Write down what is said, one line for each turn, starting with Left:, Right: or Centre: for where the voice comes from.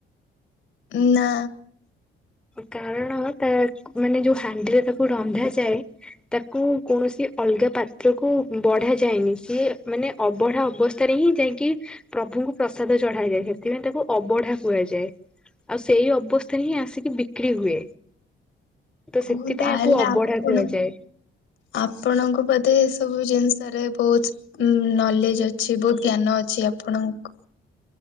Left: ଉ ନା।
Centre: କାରଣର ତା ମାନେ ଯୋଉ ହାଣ୍ଡିରେ ତାକୁ ରନ୍ଧାଯାଏ ତାକୁ କୌଣସି ଅଲଗା ପାତ୍ରକୁ ବଢ଼ା ଯାଏନି ସିଏ ମାନେ ଅବଢା ଅବସ୍ଥାରେ ହିଁ ଯାଇକି ପ୍ରଭୁଙ୍କୁ ପ୍ରସାଦ ଚଢା ଯାଏ ସେଥିପାଇଁ ତାକୁ ଅବଢା କୁହାଯାଏ। ଆଉ ସେଇ ଅବସ୍ଥାରେ ହିଁ ଆସିକି ବିକ୍ରି ହୁଏ। ତ ସେଥିପାଇଁ
Left: ଓ ତାହେଲେ
Centre: ଏହାକୁ ଅବଢା
Left: ଆପଣ
Centre: କୁଆଯାଏ।
Left: ଆପଣଙ୍କୁ ବୋଧେ ଏସବୁ ଜିନିଷରେ ବହୁତ ଉ ନଲେଜ ଅଛି ବହୁତ ଜ୍ଞାନ ଅଛି ଆପଣଙ୍କୁ